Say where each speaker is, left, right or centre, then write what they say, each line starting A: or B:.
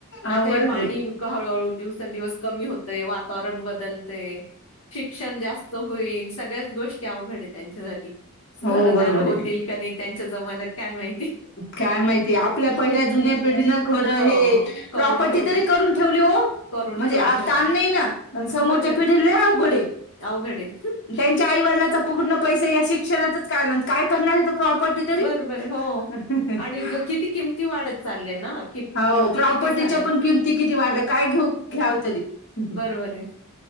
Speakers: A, on the left; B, on the left.
A: आता
B: अवघडच
A: हे पाणी
B: आहे
A: इतकं हळूहळू दिवसेंदिवस कमी होतय वातावरण बदलतय. शिक्षण जास्त होईल सगळ्याच गोष्टीआ. अवघड हाय त्यांच्यासाठी घरदार
B: हो बरोबर
A: होतील क नाही त्यांच्या जमान्यात. काय माहिती.
B: काय माहितीय आपल्या पहिल्या जुन्यात. पिढनं खरं
A: हो
B: हे
A: हो करून
B: प्रॉपर्टी
A: ठेवले
B: तरी करून ठेवली हो.
A: करून
B: म्हणजे
A: ठेवली
B: आता
A: हो
B: आण नाही ना पण समोरच्या
A: बरोबर
B: पिढीला
A: आहे
B: लय अवघड हाय.
A: अवघड आहे.
B: त्यांच्या आई वडिलाचा पूर्ण पैसा या शिक्षणातच काढला. काय करणार आहेथ प्रॉपर्टी तरी.
A: बरोबर आहे हो.
B: ह ह ह.
A: आणि ग- किती किमती वाढत चालल्या ना कि
B: हा
A: किमती
B: हो प्रॉपर्टीच्या
A: किती झाल्या
B: पण किमती किती वाढल्या काय घेऊन घ्याव तरी? हम्
A: बरोबर आहे.